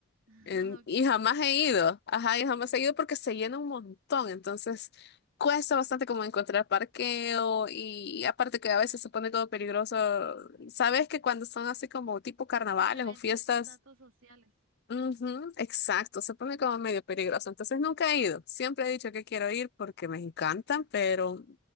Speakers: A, on the right; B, on the left.
A: <laughs>
B: En-
A: Ok,
B: y jamás
A: ya.
B: he ido, ajá, y jamás he ido porque se llena un montón, entonces cuesta bastante como encontrar parqueo y aparte que a veces se pone todo peligroso. Sabes que cuando son así como tipo carnavales
A: Sí, eventos,
B: o fiestas,
A: datos sociales.
B: ujú, exacto, se pone como medio peligroso, entonces nunca he ido. Siempre he dicho que quiero ir porque me encantan, pero